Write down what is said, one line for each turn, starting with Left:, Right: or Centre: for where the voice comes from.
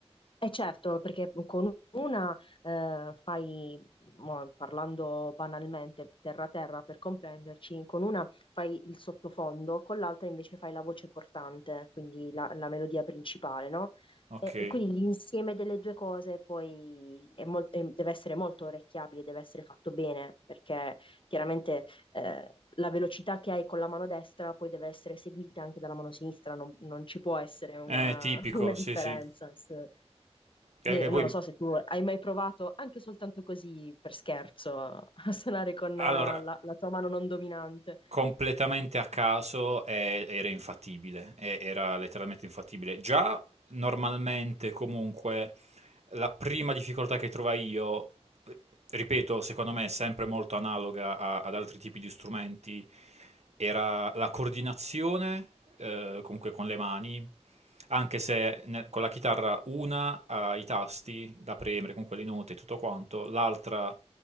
Left: E certo, perché con una eh, fai, mo, parlando banalmente, terra terra per comprenderci, con una fai il sottofondo, con l'altra invece fai la voce portante, quindi la, la melodia principale, no?
Right: Ok,
Left: E, e quindi l'insieme delle due cose poi è mol- è- deve essere molto orecchiabile, deve essere fatto bene, perché chiaramente eh, la velocità che hai con la mano destra poi deve essere seguita anche dalla mano sinistra, non, non ci può essere una,
Right: è tipico,
Left: <laughs> una differenza.
Right: sì sì.
Left: sì.
Right: Che,
Left: Ne-
Right: che poi,
Left: Non lo so se tu hai mai provato, anche soltanto così per scherzo, a, a suonare con
Right: allora,
Left: eh, la, la tua mano non dominante.
Right: completamente a caso e- era infattibile, e- era letteralmente infattibile. Già normalmente comunque la prima difficoltà che trovai io, eh, ripeto, secondo me è sempre molto analoga a- ad altri tipi di strumenti, era la coordinazione, eh, comunque con le mani, anche se ne- con la chitarra una ha i tasti da premere con quelle note e tutto quanto, l'altra